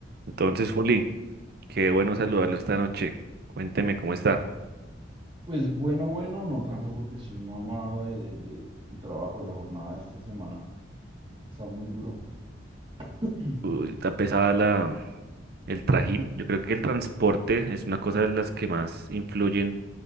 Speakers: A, on the right (about 55°); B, on the right (about 25°).
A: Entonces, Juli, qué bueno saludarlo esta noche. Cuénteme cómo está.
B: Pues bueno, bueno, no tanto porque soy mamado de- de- de- del trabajo, de la jornada de esta semana. Está muy duro. <clears throat>
A: Uy, Está pesada la, el trajín. Yo creo que el transporte es una cosa de las que más influyen